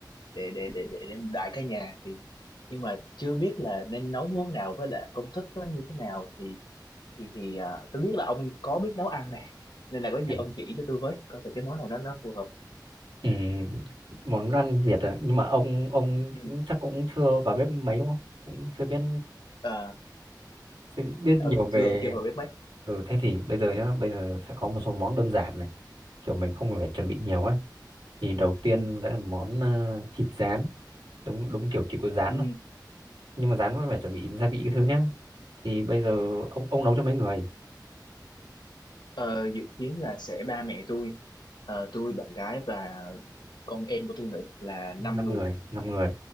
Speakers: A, on the left; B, on the right.
A: để để để để, để đãi cả nhà thì nhưng mà chưa biết là nên nấu món nào với lại công thức nó như thế nào thì thì thì ờ, tôi biết là ông có biết nấu ăn nè nên là có gì
B: Ừ.
A: ông chỉ cho tôi với coi thử cái món nào đó nó phù hợp.
B: Ừ. món ăn Việt à? nhưng mà ông ông
A: Ừ.
B: cũng- chắc cũng chưa vào bếp mấy đúng không cũng chưa biết
A: ờ,
B: chưa biết
A: ừ
B: nhiều về
A: chưa chưa vào bếp bách
B: ừ, thế thì bây giờ nhá bây giờ sẽ có một số món đơn giản này kiểu mình không cần phải chuẩn bị nhiều ấy thì đầu tiên
A: ừ.
B: đấy là món ờ, thịt rán đúng đúng kiểu chỉ có rán
A: Ừ.
B: thôi nhưng mà rán vẫn phải chuẩn bị gia vị cái thứ nhá thì bây giờ ông ông nấu cho mấy người
A: Ờ, dự kiến là sẽ ba mẹ tôi Ờ, tôi bạn gái và con em của tôi nữa là
B: năm
A: năm người
B: người năm người